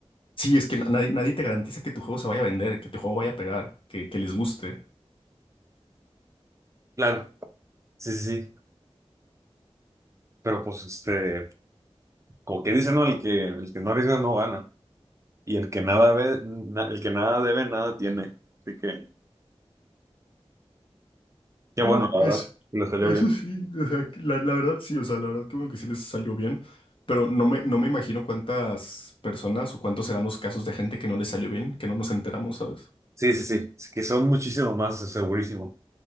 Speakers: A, on the left; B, on the right.
A: Sí, es que na- nadie, nadie te garantiza que tu juego se vaya a vender, que tu juego vaya a pegar, que, que les guste.
B: Claro. Sí, sí, sí. Pero pues, este, como que dicen, no, el que, el que no arriesga no gana. Y el que nada ve, na- el que nada debe, nada tiene. Así que, qué bueno,
A: Ah,
B: la
A: Eso,
B: verdad, que le salió
A: eso
B: bien.
A: sí, o sea, que la, la verdad sí, o sea, la verdad creo que sí les salió bien, pero no me, no me imagino cuántas personas o cuántos serán los casos de gente que no les salió bien, que no nos enteramos, ¿sabes?
B: Sí, sí, sí. Es que son muchísimo más, segurísimo.